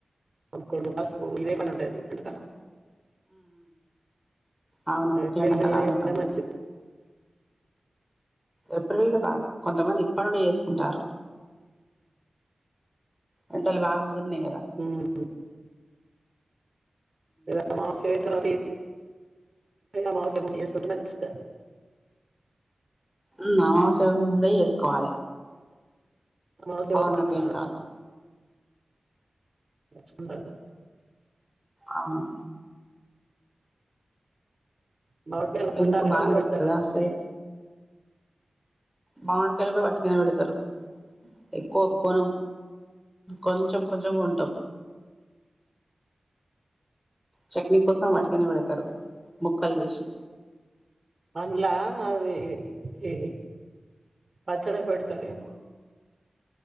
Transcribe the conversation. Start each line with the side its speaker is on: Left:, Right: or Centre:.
Right: కొనుక్కండు పసుపు ఇదే పని ఉంటది. ఎండకాలం
Centre: అవును
Right: ఏప్రిల్
Centre: ఎండాకాలం
Right: నెల్లో
Centre: అదే
Right: చేసుకుంటే
Centre: పని
Right: మంచిది
Centre: ఏప్రిల్ లో బాగా కొంతమంది ఇప్పనుండే చేసుకుంటారు. ఎండలు బాగ ముదిర్నయి కదా
Right: ఉమ్. ఇద అమావాస్య పోయిన తరువాత అమవాస్య ముందే చేసుకుంటే మంచిద
Centre: ఉమ్ అమావాస్య ముందే చేసుకోవాలె
Right: అమావాస్య
Centre: పౌర్ణమి
Right: వచ్చి మళ్ళా
Centre: పోయిన తరువాత
Right: చుండద
Centre: అవును
Right: మామిడికాయలు
Centre: మీకు
Right: కొంటారు ఎవరైనా
Centre: బానే
Right: పెడతారా
Centre: దొరుకుతదా అటు సైడ్ మామిడి కాయలు కూడా వట్టుగనే పెడతారు ఎక్కువ కోనం కొంచం కొంచంగా ఉంటం చట్నీ కోసం వాటికనే పెడతరు ముక్కలు చేసి
Right: అందులా అది కి పచ్చడి పెడితారేమో